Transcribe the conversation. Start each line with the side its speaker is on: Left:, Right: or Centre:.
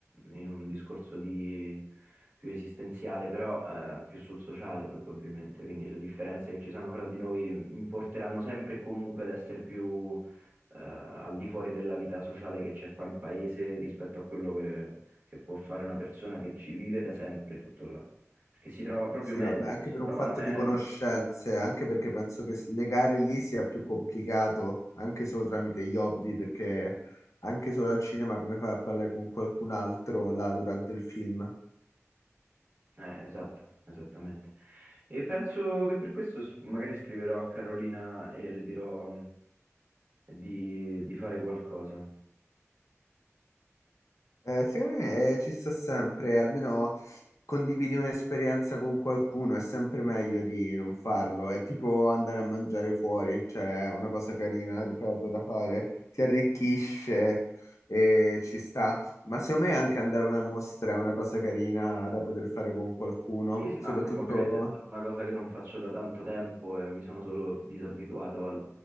Right: in un discorso di più esistenziale, però eh, più sul sociale probabilmente, quindi le differenze che ci sono fra di noi mi porteranno sempre e comunque ad essere più eh, al di fuori della vita sociale che c'è qua in paese rispetto a quello che, che può fare una persona che ci vive da sempre tutto là, perché si trova proprio
Left: Sì,
Right: meglio,
Left: vabbè, anche
Right: si
Left: per
Right: trovano
Left: un fatto
Right: meglio.
Left: di conoscenze, anche perché penso che s- legare lì sia più complicato, anche solo tramite gli hobby, perché anche solo al cinema come fai a parlare con qualcun altro là durante il film?
Right: Eh, esatto, esattamente. E penso che per questo s- magari scriverò a Carolina e le dirò. di, di fare qualcosa.
Left: Eh, secondo me eh, ci sta sempre, almeno condividi un'esperienza con qualcuno, è sempre meglio di non farlo, è tipo andare a mangiare fuori, cioè è una cosa carina, ripeto, da fare, ti arricchisce e ci sta, ma secondo me anche andare a una mostra è una cosa carina da poter fare con qualcuno,
Right: Sì, sì, ma
Left: soprattutto
Right: probabilmente è solo una cosa che non faccio da tanto tempo e mi sono solo disabituato al